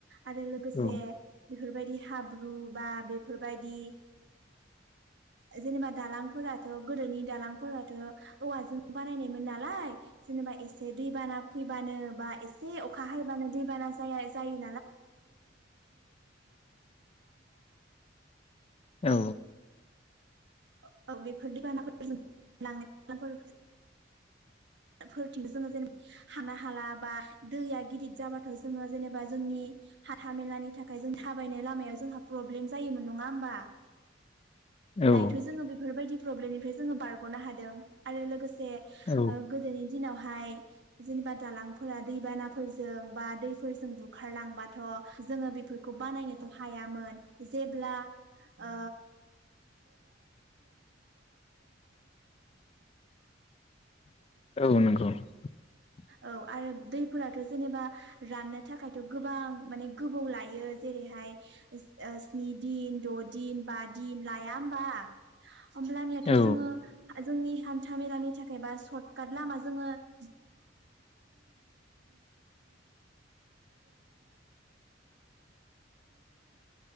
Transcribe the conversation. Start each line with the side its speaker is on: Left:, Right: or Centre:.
Right: आरो लोगोसे
Left: औ
Right: बेफोरबायदि हाब्रु बा बेफोरबायदि जेनेबा दालांफोराथ' गोदोनि दालांफोराथ' औवाजों बानायनायमोन नालाय जेनेबा एसे दै बाना फै बानो बा एसे अखा हायबानो दैबाना जाया जायो।
Left: औ।
Right: <inaudible> फोरथिं जोङो जेनेबा हाना हाला बा दैया गिदिर जाबाथ' जोङो जेनेबा जोंनि हाथा मेलानि थाखाय जों थाबायनाय लामायाव जोंहा प्रब्लेम जायोमोन नङा होमबा।
Left: औ
Right: दायोथ' जोङो बेफोरबायदि। प्रब्लेमनिफ्राय जोङो बारग'नो हादों आरो लोगोसे। जे।
Left: औ
Right: ओ गोदोनि दिनाव। हाय जेनेबा दालांफोरा दैबानाफोरजों बा दैफोरजों बुखारलांबाथ' जोङो बेफोरखौ बानायनोथ' हायामोन जेब्ला ओ।
Left: <inaudible>
Right: औ आरो दैफोराथ' जेनेबा राननो थाखायथ' गोबां माने गोबौ लायो जेरैहाय स्नि दिन द' दिन बा दिन लाया होमबा। हब्लानियाथ'
Left: औ
Right: जोङो जोंनि। हान्था मेला। सथखाथ लामाजों।